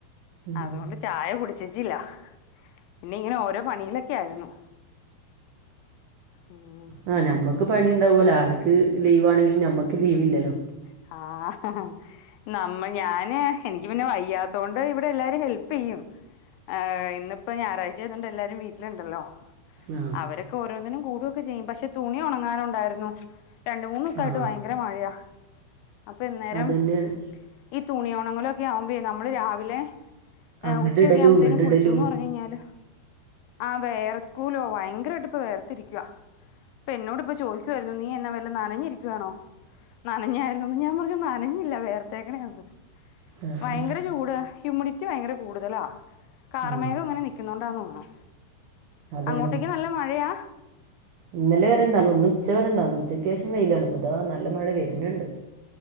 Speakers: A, on the right; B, on the left.
A: ഉം
B: അതുകൊണ്ട് ചായ കുടിച്ചിച്ചി ല്ല പിന്നെ ഇങ്ങനെ ഓരോ പണിയിലൊക്കെ ആരുന്നു ഉം
A: ആഹ് ഞമ്മുക്ക് പണി ഉണ്ടാവുമല്ലോ ആർക്ക് ലീവാണെങ്കിലും ഞമ്മക്ക് ലീവില്ലല്ലോ
B: ആഹ് നമ്മ ഞാന് എനിക്ക് പിന്നെ വയ്യാത്തോ ണ്ട് ഇവിടെ എല്ലാരും ഹെല്പ് ചെയ്യും ആ ഇന്നിപ്പൊ ഞായറാഴ്ച്ച ആയതുകൊണ്ട് എല്ലാരും വീട്ടിലുണ്ടല്ലോ
A: ആ
B: അവരെ ഓരോന്നിനും കൂടുക്കെ ചെയ്യും പക്ഷെ തുണി ഉണങ്ങാനുണ്ടായിരുന്നു രണ്ട് മൂന്ന് ദിവസായിട്ട്
A: ആ
B: ഭയങ്കര മഴയാ അപ്പൊ ഇന്നേരം
A: അതന്നെയാണ്
B: ഈ തുണിയൊ ണങ്ങലൊ ക്കെ ആവുമ്പേ നമ്മള് രാവിലെ ഏഹ്
A: അങ്ങട്ട്
B: ഉച്ചയൊക്കെ
A: ഇടലും
B: ആവുമ്പത്തേനും
A: ഇങ്ങട്ട്
B: കുളിച്ചൂന്ന്
A: ഇടലും
B: പറഞ്ഞു കഴിഞ്ഞാല് ആഹാ വെയർക്കൂലോ വയങ്കരായിട്ട് ഇപ്പ വെയർത്തിരിക്കുവാ ഇപ്പെന്നോട്പ്പം ചോയ്ക്കു ആയിരുന്നു നീ പിന്നെ വല്ല നനഞ്ഞിരിക്കുവാണോ? നനഞ്ഞായിരുന്നോന്ന് ഞാൻ പറഞ്ഞു നനഞ്ഞില്ല വെയർത്തേക്ണെയാന്ന്
A: ആ
B: ഭയങ്കര ചൂട് ഹ്യൂമിഡിറ്റി കാറ്റ് ഭയങ്കര കൂടുതലാ കാർമേഘം
A: ആ
B: ഇങ്ങനെ നിക്കുന്നോണ്ടാന്ന് തോന്നുണു
A: അതാണ്
B: അങ്ങോട്ടേക്ക് നല്ല മഴയാ?
A: ഇന്നലെ വരെണ്ടാർന്നു ഇന്ന് ഉച്ചവരെണ്ടാർന്നു ഉച്ചയ്ക്ക് ശേഷം വെയിലാണ്. ഇപ്പ ഇതാ നല്ല മഴ വര്ണണ്ട്